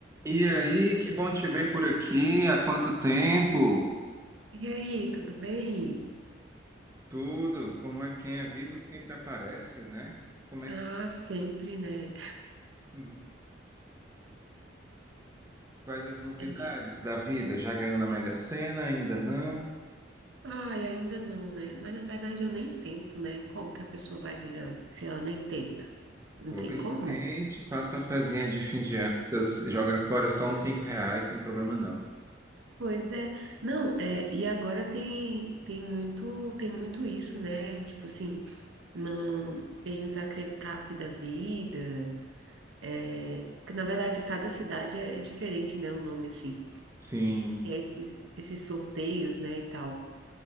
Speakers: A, on the right; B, on the right.
A: E aí, que bom te ver por aqui. Há quanto tempo?
B: E aí, tudo bem?
A: Tudo, como é quem é vivo sempre aparece, né? Como é
B: Ah,
A: que se...
B: sempre, né?
A: Hum. Quais as novidades
B: É.
A: da vida? Já ganhou na Mega Sena? Ainda não?
B: Ai, ainda não, né? Mas na verdade eu nem tento, né? Como que a pessoa vai ganhar se ela nem tenta? Não
A: Pois
B: tem como?
A: tente, faça a fezinha de fim de ano. Se você jogar fora só uns cinco reais, tem problema não.
B: Pois é. Não, é, e agora tem tem muito tem muito isso, né? Tipo assim, não tem os acrecap da vida, é, que na verdade cada cidade é, é diferente, né? O nome assim.
A: Sim,
B: E aí esses esses sorteios, né, e tal.